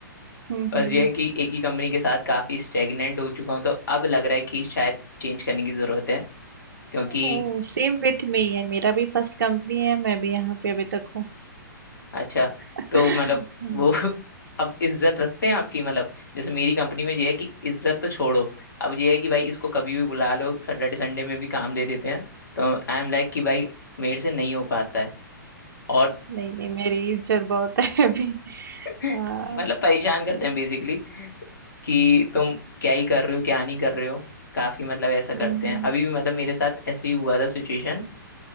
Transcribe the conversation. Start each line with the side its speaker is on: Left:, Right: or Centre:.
Right: हम्म
Left: बस
Right: हम्म
Left: ये है कि एक ही कंपनी के साथ काफ़ी स्टेगनेंट हो चुका हूँ तो अब लग रहा है कि शायद चेंज करने की ज़रूरत है क्योंकि
Right: ओह सेम विथ मी है मेरा भी फर्स्ट कंपनी है मैं भी यहाँ पे अभी तक हूँ
Left: अच्छा
Right: <laughs>
Left: तो मतलब वो <laughs> अब इज्जत रखते हैं आपकी मतलब जैसे मेरी कंपनी में ये है कि इज्जत तो छोड़ो अब ये है कि भाई इसको कभी भी बुला लो सैटरडे संडे में भी काम दे देते हैं तो आई एम लाइक कि भाई मेरे से नहीं हो पाता है और
Right: नहीं नहीं मेरी इज्जत बहुत है अभी
Left: मतलब
Right: हाँ
Left: परेशान करते हैं बेसिकली कि तुम क्या ही कर रहे हो क्या नहीं कर रहे हो काफी मतलब ऐसा करते
Right: हम्म
Left: हैं अभी भी मतलब मेरे साथ ऐसे ही हुआ था सिचुएशन